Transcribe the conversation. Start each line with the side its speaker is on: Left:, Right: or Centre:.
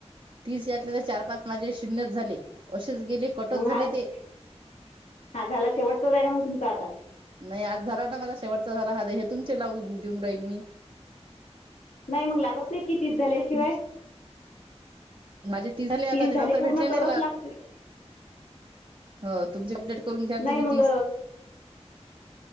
Right: तीस यातले तर चार-पाच माझे शून्यच झाले असेच गेले. कटच
Left: मग हा
Right: झाले
Left: <inaudible>
Right: ते
Left: हा झाला शेवटचाच आहे का मग तुमचा आता
Right: नाही आज झाला ना माझा शेवटचा झाला हा हे तुमचे लावून देऊन राहीले मी.
Left: नाही मग लागत नाही कि तीस झाल्याशिवाय
Right: तुम माझे आता
Left: तीस
Right: त्याच्यानंतर
Left: झाले पूर्ण
Right: भेटले नाही
Left: तरच लागते ते
Right: ह तुमची अपडेट करून घ्या ना
Left: नाही
Right: त म
Left: मग
Right: तीस.